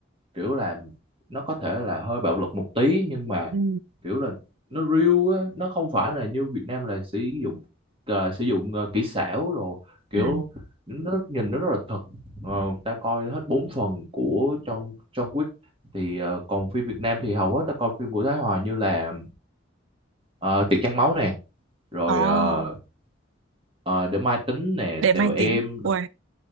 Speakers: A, on the right; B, on the right.
A: kiểu là nó có thể là hơi bạo lực một tí nhưng mà
B: ừ.
A: kiểu là nó real á nó không phải là như Việt Nam là sử dụng ờ, sử dụng ờ, kỹ xảo rồi kiểu
B: Ừ.
A: nó nhìn nó rất là thật Ờ, ta coi hết bốn phần của trong trong Wick thì ờ, còn phim Việt Nam thì hầu hết ta coi phim của Thái Hòa như là ờ, Tiệc Trăng Máu nè rồi
B: Ồ.
A: ờ, ờ, để mai tính nè
B: Để
A: tèo
B: máy
A: em
B: tính.
A: rồi-
B: Ui.